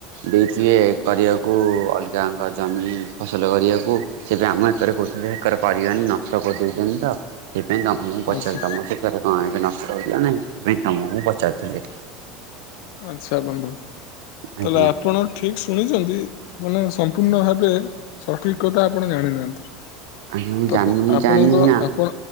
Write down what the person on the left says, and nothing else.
ଆଛା
ଆଛା ବନ୍ଧୁ
ତାହଲେ ଆପଣ ଠିକ ଶୁଣିଛନ୍ତି ମାନେ ସମ୍ପୂର୍ଣ୍ଣ ଭାବେ ସଠିକ୍ କଥା ଆପଣ ଜାଣିନାହାନ୍ତି?
ତ
ଆପଣଙ୍କ
ଆପଣ